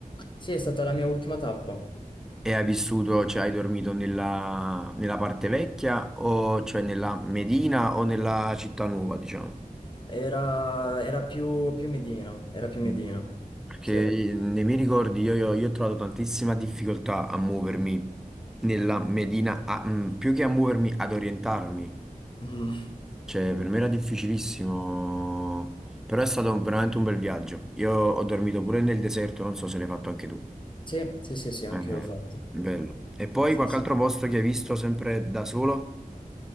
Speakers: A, on the left; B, in the centre.
A: Sì, è stata la mia ultima tappa,
B: e hai vissuto, cioè hai dormito nella, nella parte vecchia o cioè nella Medina o nella città nuova, diciamo?
A: era, era più, più Medina, era più Medina,
B: Mm. Perché
A: sì.
B: nei miei ricordi io, io- io ho trovato tantissima difficoltà a muovermi nella Medina, a- mm, più che a muovermi, ad orientarmi
A: Mm,
B: Cioè, per me era difficilissimo, però è stato veramente un bel viaggio. Io ho dormito pure nel deserto, non so se l'hai fatto anche tu.
A: Sì, sì, sì, sì, anche
B: Eh,
A: io l'ho fatto.
B: bello. E poi
A: Sì,
B: qualche
A: sì.
B: altro posto che hai visto sempre da solo?